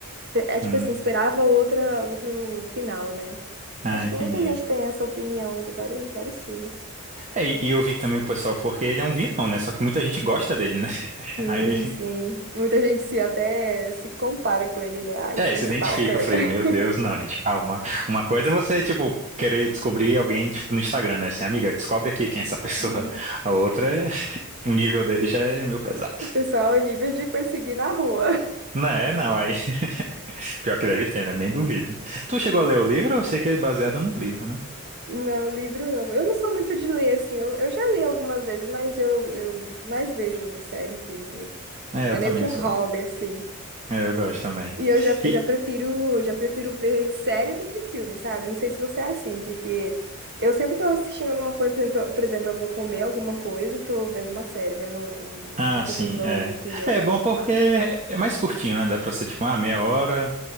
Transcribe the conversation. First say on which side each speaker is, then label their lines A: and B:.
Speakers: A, on the right; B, on the right.
A: É tipo
B: Hum.
A: assim, esperava outra, outro final, né?
B: Ah,
A: Acho
B: entendi.
A: que muita gente tem essa opinião de vários, vários filmes.
B: É, e e eu vi também o pessoal, porque ele é um vilão, né? Só que muita gente gosta dele, né? <laughs>
A: Sim,
B: Aí,
A: sim. Muita gente se até se compara com ele, né? Ai,
B: é,
A: sou
B: se
A: stalker.
B: identifica. Eu falei,
A: <laughs>
B: meu Deus, não, gente, calma. Uma coisa é você, tipo, querer descobrir alguém, tipo, no Instagram, né? Assim, amiga, descobre aqui quem é essa <laughs> pessoa.
A: E
B: A outra, é- o nível dele já é meio pesado.
A: o pessoal é nível de perseguir na rua.
B: Não é, não, aí, <laughs> pior que deve ter, né? Nem duvido. Tu chegou a ler o livro? Eu sei que é baseado no livro, né?
A: Não, livro não. Eu não sou muito de ler, assim. Eu, eu já li algumas vezes, mas eu, eu mais vejo série e filme mesmo.
B: É, eu
A: É
B: também
A: meio que um
B: sou.
A: hobby, assim.
B: É, eu gosto também.
A: E eu já,
B: Que
A: eu já prefiro, já prefiro ver série do que filme, sabe? Não sei se você é assim, porque eu sempre tô assistindo alguma coisa, por exemplo, por exemplo, eu vou comer alguma coisa e tô vendo uma série, vendo um,
B: Ah,
A: um, um capítulo
B: sim,
A: novo,
B: é.
A: entendeu?
B: É bom porque é mais curtinho, né? Dá pra ser tipo uma meia hora.